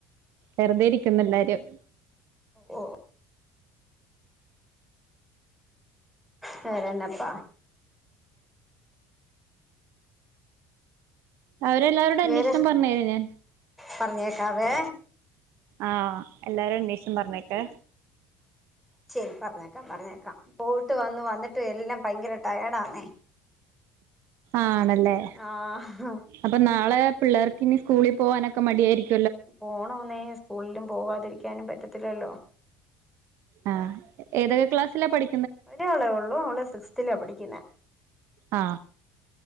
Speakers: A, on the right; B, in the centre.
A: വെറുതെ ഇരിക്കുന്നെല്ലാരും
B: ഓ വേറെന്നപ്പാ
A: അവരെല്ലാവരോട് അന്വേഷണം
B: വേറെ
A: പറഞ്ഞേര് ഞാൻ
B: പറഞ്ഞേക്കാവേ
A: ആഹ് എല്ലാരും അന്വേഷം പറഞ്ഞേക്കെ
B: ശരി പറഞ്ഞേക്കാം പറഞ്ഞേക്കാം പോയിട്ട് വന്ന് വന്നിട്ട് എല്ലാം ഭയങ്കര ടയേർഡന്നേ
A: ആണല്ലേ
B: ആഹ്
A: അപ്പൊ നാളെ പിള്ളേർക്കിനി സ്കൂളിൽ പോവാനൊക്കെ മടിയായിരിക്കും
B: പോണൊന്നേ സ്കൂളിലും പോകാതിരി ക്കാനും പറ്റത്തില്ലല്ലോ
A: ആഹ് ഏതൊക്കെ ക്ലാസില പിഠി
B: ഒരാളെ ഉള്ളൂ അവള് സിസ്തിലാ പഠിക്കുന്നേ
A: ആ